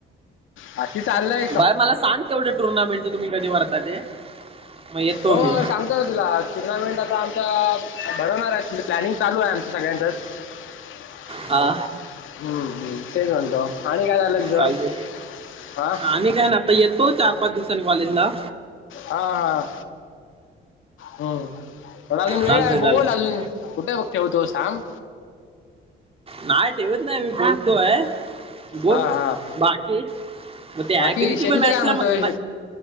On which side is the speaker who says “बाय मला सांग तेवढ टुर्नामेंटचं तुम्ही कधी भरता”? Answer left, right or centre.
Right